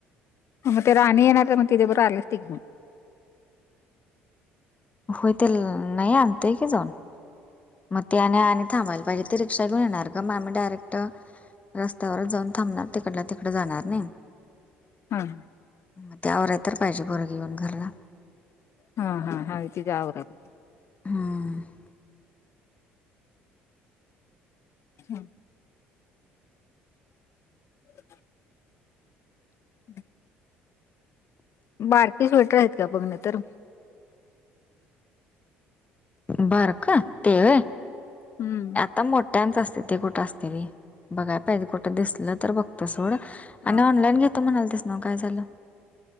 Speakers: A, on the left (about 50°); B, on the left (about 25°).
A: मग ते राणी येणार तर, मग तिच्याबरोबर आली असती की मगं.
B: होय ते, नाही आणतोय की जाऊन. मग ते आणि आणि थांबायला पाहिजे ते रिक्षा घेऊन येणार गं, मगं आम्ही डायरेक्ट रस्त्यावरच जाऊन थांबणार, तिकडल्या तिकडं जाणार नई.
A: हां.
B: मग ती आवरायला तर पाहिजे पोरगी येऊन घरला
A: हा हा हा आहे की तीच आवरत
B: हम्म
A: हा <unintelligible> <unintelligible> बारकी स्वेटर आहेत का बघ नाहीतर.
B: बारकं ते व्हय
A: हम्म
B: आता मोठ्यांच असतंय. ते कुठं असतंय व्हयं. बघाय पाहिजे कुठं दिसलं तर बघतो सोडं आणि
A: हा
B: ऑनलाईन घेतो म्हणालतीस न्हवं काय झालं?